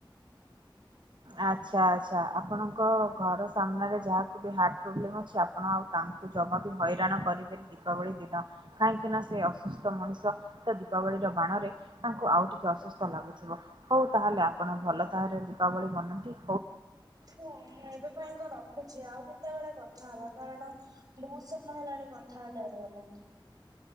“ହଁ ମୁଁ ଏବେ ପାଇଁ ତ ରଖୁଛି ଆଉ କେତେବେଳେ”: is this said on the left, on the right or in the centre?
Right